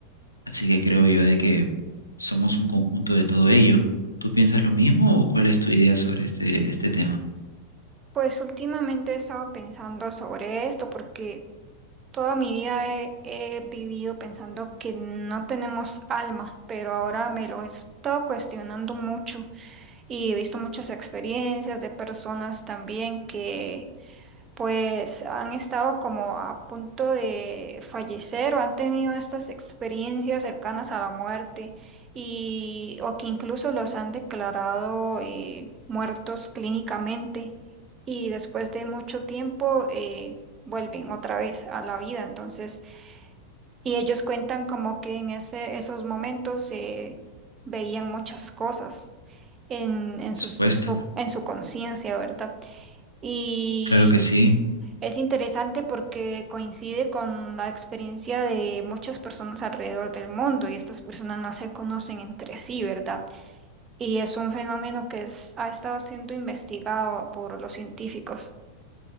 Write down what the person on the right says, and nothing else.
Pues últimamente he estado pensando sobre esto porque toda mi vida he, he vivido pensando que no tenemos alma, pero ahora me lo he estado cuestionando mucho y he visto muchas experiencias de personas también que pues han estado como a punto de fallecer o han tenido estas experiencias cercanas a la muerte y o que incluso los han declarado eh, muertos clínicamente y después de mucho tiempo eh, vuelven otra vez a la vida. Entonces, y ellos cuentan como que en ese, esos momentos eh, veían muchas cosas en, en
sus-
su, en su conciencia, ¿verdad? y
es interesante porque coincide con la experiencia de muchas personas alrededor del mundo y estas personas no se conocen entre sí, ¿verdad? Y es un fenómeno que es- ha estado siendo investigado por los científicos.